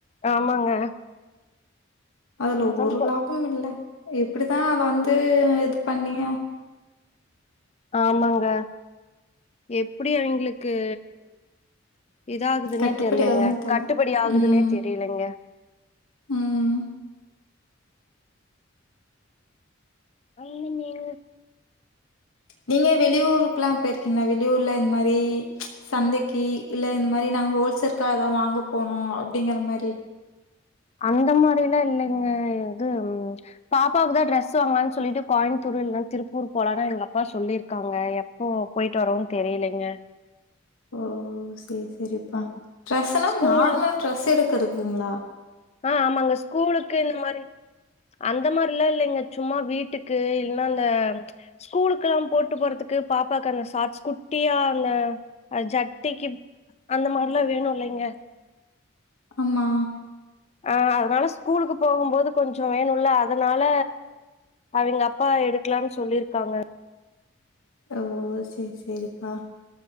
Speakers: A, on the left; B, on the left.
A: ஆமாங்க
B: அதுல
A: அதான்
B: ஒரு
A: இப்ப
B: லாபம் இல்ல எப்டிதான் அத வந்து இது பண்ணிய
A: ஆமாங்க எப்டி அங்கிளுக்கு இத ஆகுதுன்னே
B: கட்டுப்படி
A: தெரிலங்க
B: ஆகுதுன்னு தெர்ல
A: கட்டுபடி ஆகுதுன்னே
B: ம்
A: தெரியலங்க
B: ம்
A: அய்னுநீனு
B: நீங்கா வெளி ஊருக்குல்லாம் போய்ருக்கீங்களா வெளிஊர்ல இந்த மாரி சந்தைக்கு இல்ல இந்த மாரி நாங்க ஹோல்செர்க்கா வாங்க போனோ அப்டிங்கற மாரி
A: அந்த மாரிலா இல்லங்கே இது பாப்பாக்கு தான் டிரெஸ் வாங்காலன்னு சொல்லிட்டு கோயமுத்தூர் இல்ன்னா திருப்பூர் போலான்னு எங்க அப்பா சொல்லியிருக்காங்க ஓ போய்ட்டு வரோம் தெரிலங்கா
B: ஓ செரி செரிப்பா
A: ம்.
B: ட்ரெஸ்னா
A: ஸ்கூல்
B: நார்மல் ட்ரெஸ் எடுக்குறதங்களா
A: ஆ ஆமாங்க ஸ்கூலுக்கு இந்த மாரி அந்த மாரில்லா இல்லங்க சும்மா வீட்டுக்கு இல்னா அந்த ஸ்கூலுக்கெலாம் போட்டு போறதுக்கு பாப்பாக்கு அந்த சார்ஸ் குட்டியா அந்த அ ஜட்டிக்கு அந்த மாரிலா வேணும் இல்லங்க
B: ஆமா
A: அ அதனால ஸ்கூலுக்கு போகும் போது கொஞ்சம் வேணும்ல்ல அதனால அவிங்க அப்பா எடுக்கலா சொல்லியிருக்காங்க
B: ஓ செரி செரிப்பா